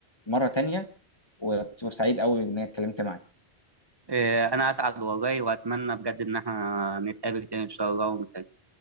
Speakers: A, on the left; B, on the right.
A: مره تانية وكنت سعيد قوي ان انا اتكلمت معاك
B: إيه، أنا أسعد والله وأتمنى بجد إن احنا نتقابل تاني إن شاء الله ونتكلم.